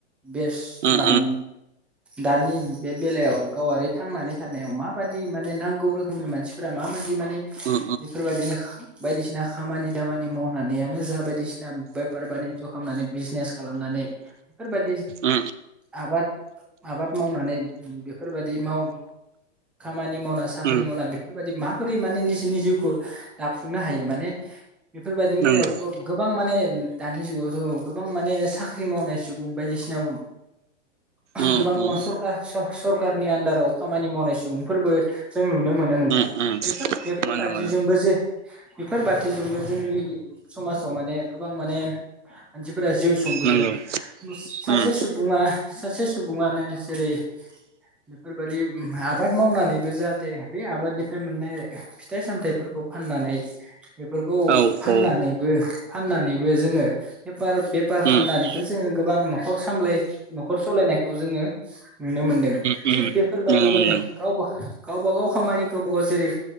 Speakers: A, in the centre; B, on the right.
A: बेस
B: उम
A: मान दानि बे बेलायाव गावारि थांनानै थानायाव माबादि माने नां गौ रोखोमनि मानसिफोरा माबा माने
B: उम
A: बेफोरबायदिनो बायदिसिना खामानि दामानि मावनानैयानो जा बायदिसिन दा बेपार बानिज्य खालामनानै बिजनेस खालामनानै बिफोरबायदि
B: उम
A: आबाद आबाद मावनानै बेफोरबायदि माव मानि मावना साख्रि
B: उम
A: मावना बेफोरबायदि मा फ्रि माने निजिनि जिउखौ दाफुंनो हायो माने बेफोरबायदिनि
B: नंगौ
A: गेजेरायावथ' गोबां माने उम दानि जुगावथ' गोबां माने साख्रि मावनाय सुबुं बायदिसिना <unintelligible>
B: उम
A: गोबां गोबां
B: उम
A: सरकार स सर खारनि आनदाराव खामानि मावनाय सुबुंफोरबो जों नुनो मोनो नोंथां
B: उम उम
A: बेफोर-बेफोरबादि
B: मोनो मोनो
A: जोंबो जे बेफोर बादिजोंबो जोंनि समाजाव माने गोबां माने मानसि फोरा जिउ सुंबोदों,
B: नंगौ
A: मोस सासे
B: उम
A: सुबुंङा सासे सुबुं सुबुंङानो जेरै बेफोरबायदि उम आबाद मावनानैबो जाहाथे बे आबादनिफ्राय मोननाय फिथाइ सामथाइफोर फाननानै बेफोरखौ
B: औ उम
A: फाननानैबो फाननानै बो जोंङो बेफार बेफार खालामनानैबो
B: उम
A: जोंङो गोबां न खर सामलाय न'खर सलायनायखौ जोंङो नुनो मोनदों,
B: उम
A: थिग बेफोरबादिनो
B: नुनो मोनदों
A: गावबो गावबा गाव खामानि गावबा गाव जेरै